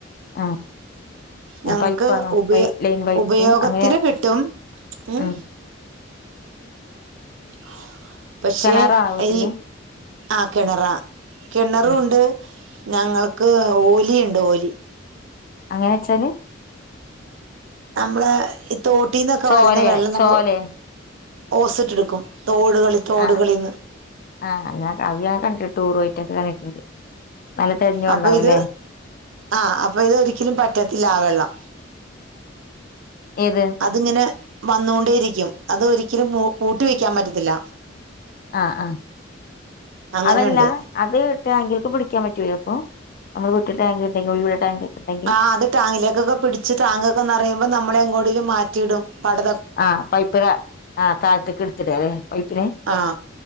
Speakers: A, on the left; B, on the right.
A: ആഹ്
B: ഞങ്ങക്ക്
A: ആ പൈപ്പാണോ
B: ഉപയോ
A: പൈ ലൈൻ പൈപ്പ്
B: ഉപയോഗത്തിന്
A: അങ്ങനെ
B: കിട്ടും ഉം
A: ആ
B: ആ പക്ഷെ
A: കിണറാണോ വീട്ടില്
B: ഈ ആ കിണറ കിണറുണ്ട്
A: ഉം
B: ഞങ്ങൾക്ക് ഓലിണ്ട് ഓലി.
A: അങ്ങനെച്ചാല്?
B: നമ്മള് ഈ തോട്ടീന്നൊക്കെ
A: ചോലയാ
B: വരുന്ന വെള്ളം നമ്മൾ
A: ചോലെ
B: ഒ ഓസിട്ടെടുക്കും തോടുകളി തോടുകളിന്ന്.
A: ആഹ് ആഹ് ഞാ അത് കണ്ടിട്ടു ടൂർ പോയിട്ടൊക്കെ കണ്ടിട്ടുണ്ട്. നല്ല തെളിഞ്ഞ വെള്ളാവുല്ലേ
B: അപ്പൊ ഇത് ആ അപ്പൊ ഇത് ഒരിക്കലും പറ്റത്തില്ല ആ വെള്ളം.
A: ഏത്
B: അതിങ്ങനെ വന്നുകൊണ്ടേയിരിക്കും അത് ഒരിക്കലും പൂട്ടി വെക്കാൻ പറ്റത്തില്ല.
A: ആഹ് ആഹ്
B: അങ്ങനെയുണ്ട്
A: അതല്ല അത് ടാങ്കില്ക്ക് പിടിക്കാൻ പറ്റൂലെ അപ്പോ നമ്മള് വീട്ടില് ടാങ്ക് ഉണ്ടെങ്കിൽ ഒഴിവുള്ള ടാങ്ക് ഒക്കെ ഉണ്ടെങ്കിൽ.
B: ആഹ് അത് ടാങ്കിലേക്കൊക്കെ പിടിച്ച് ടാങ്ക് ഒക്കെ നിറയുമ്പോൾ നമ്മളെ എങ്ങോട്ടേലും മാറ്റിടും പടെ
A: ആഹ് പൈപ്പ് ടാ ആ താഴത്തേക്ക് ടുത്തിടാ ല്ലേ പൈപ്പിനെ.
B: ആഹ്